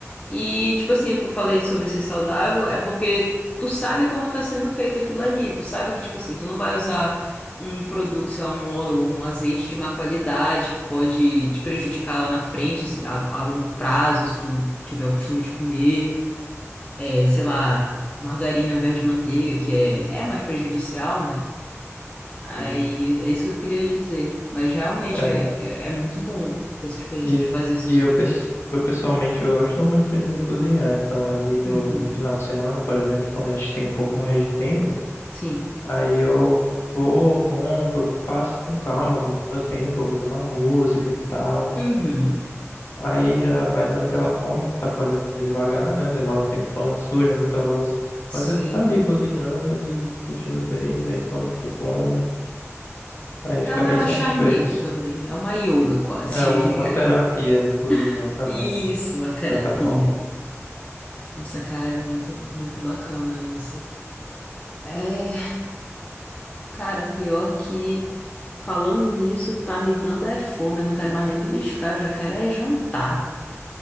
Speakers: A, on the left (about 25°); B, on the left (about 55°).
A: e, tipo assim, o que eu falei sobre ser saudável é porque tu sabe como tá sendo feito aquilo ali. Tu sabe que, tipo assim, tu não vai usar um produto, sei lá, um óleo ou um azeite de má qualidade que pode te prejudicar lá na frente, se- a, a longo prazo, se tu tiver o costume de comer, é, sei lá, margarina ao invés de manteiga, que é, é mais prejudicial, né? Aí
B: Uhum.
A: é isso que eu queria dizer. Mas realmente
B: É,
A: é, é, é muito bom ter essa experiência
B: e,
A: de fazer seu
B: e
A: sanduíche.
B: eu, pes- eu pessoalmente eu gosto muito de cozinhar, então ali no,
A: Uhum.
B: no final de semana, por exemplo, quando a gente tem um pouco mais de tempo,
A: Sim.
B: aí eu vou, compro, faço com calma no meu tempo, ouvindo uma música e tal.
A: Uhum.
B: Aí já vai dando aquela fome que tá fazendo devagar, né? Demora um tempão, suja muita louça.
A: Sim.
B: Mas aí tu tá ali cozinhando e se sentindo bem, aí quando tu come. Aí fica
A: É um relaxamento
B: bem satisfeito.
A: também. É uma yoga quase.
B: É uma terapia cozinhar
A: <laughs>
B: também,
A: Isso,
B: de
A: uma terapia.
B: certa forma.
A: Nossa, cara, é muito, muito bacana isso. É, cara, pior que falando nisso, tá me dando é fome. Eu não quero mais nem beliscar, eu já quero é jantar.